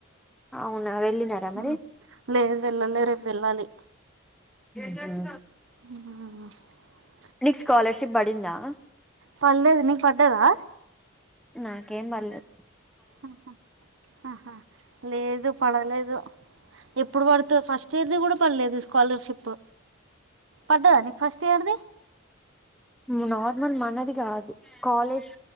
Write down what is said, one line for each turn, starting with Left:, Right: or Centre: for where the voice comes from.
Centre: అవునా వెళ్ళినారా
Right: హు
Centre: మరి
Right: లేదు వెళ్ళాలి రేపు వెళ్ళాలి
Centre: మ్ హ్
Right: ఆ
Centre: నీకు స్కాలర్షిప్ బడిందా
Right: పర్లేదు నీకు పడ్డదా
Centre: నాకేం బర్లేదు
Right: ఆహా ఆహా లేదు పడలేదు ఎప్పుడు పడుతది ఫస్ట్ ఇయర్ ది కూడా పడలేదు స్కాలర్షిప్ పడ్డదా నీకు ఫస్ట్ ఇయర్ ది
Centre: ఉమ్ నార్మల్ మనది కాదు college